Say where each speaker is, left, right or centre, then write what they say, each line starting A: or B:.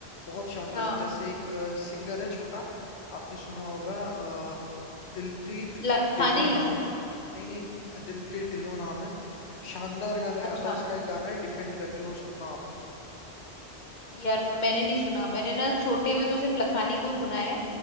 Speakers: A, on the left; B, on the left.
A: बहुत शानदार
B: हाँ
A: जैसे एक सिंगर है छोटा आपने सुना होगा अ, दिलप्रीत
B: लखानी
A: ढिल्लो नाम है नहीं नहीं अ, दिलप्रीत ढिल्लो नाम है शानदार गाने गाता
B: अच्छा
A: है उसका एक गाना है डिफेंड करके वो सुनना आप
B: यार मैंने नहीं सुना मैंने ना छोटे में तो सिर्फ लखानी को सुना है